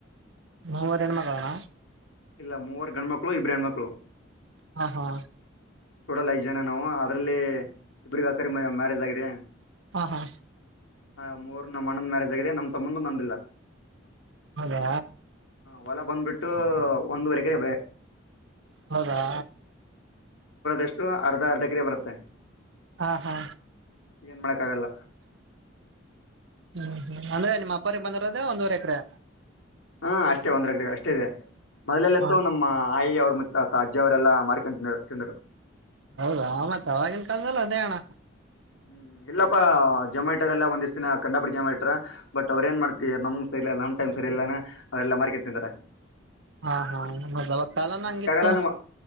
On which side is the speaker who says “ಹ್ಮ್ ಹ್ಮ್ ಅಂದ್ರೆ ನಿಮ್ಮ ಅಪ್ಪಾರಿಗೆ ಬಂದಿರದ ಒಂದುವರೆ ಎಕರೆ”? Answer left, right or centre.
Right